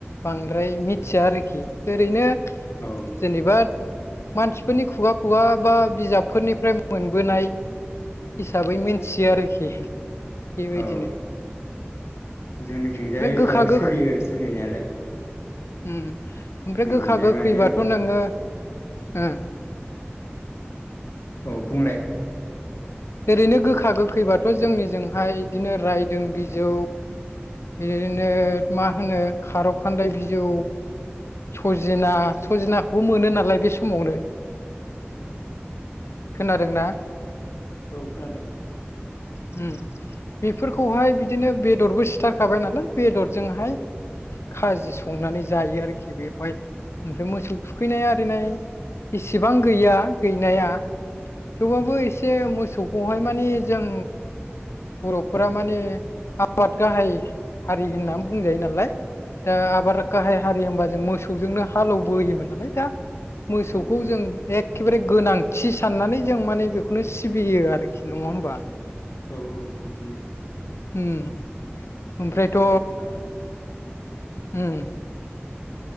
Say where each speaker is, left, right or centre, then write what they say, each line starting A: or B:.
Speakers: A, on the left; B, on the left.
A: बांद्राय मिथिया आरोखि। जेरैनो
B: औ
A: जेनेबा मानसिफोरनि खुगा खुगा बा बिजाबफोरनिफ्राय मोनबोनाय हिसाबै मिनथियो आरोखि। बेबायदिनो
B: औ जोंनिथिंजाय
A: ओमफ्राय गोखा
B: दाबो
A: गोखै
B: सोलियो सोलिनायालाय।
A: उम ओमफ्राय
B: जोंनिथिंजाय
A: गोखा गोखैबाथ'
B: माने
A: नोङो ओ
B: औ बुंलाय।
A: ओरैनो गोखा गोखैबाथ' जोंनिजोंहाय बिदिनो रायदों बिजौ बिदिनो मा होनो खारौ खान्दाय बिजौ सजिना सजिनाखौबो मोनो नालाय बे समावनो
B: औ औ
A: खोनादोंना
B: औ खोनादों
A: <inaudible> बेफोरखौहाय बिदिनो बेदरबो सिथारखाबाय नालाय बेदरजोंहाय खाजि संनानै जायो आरोखि बेवहाय ओमफ्राय मोसौ थुखैनाय आरिनाय इसेबां गैया गैनाया थेवबाबो एसे एसे मोसौखौहाय माने जों बर'फोरा माने आबाद गाहाय हारि होननानै बुंजायो नालाय दा आबाद
B: औ
A: गाहाय हारि होमबा जों मोसौजोंनो हालबो एवोमोन नालाय दा मोसौखौ
B: औ
A: जों एखेबारे गोनांथि साननानै जों माने बे बेखौनो सिबियो आरोखि नङा होमबा
B: औ औ बिदिनो
A: उम
B: जेनबा
A: ओमफ्रायथ'
B: जों माने
A: उम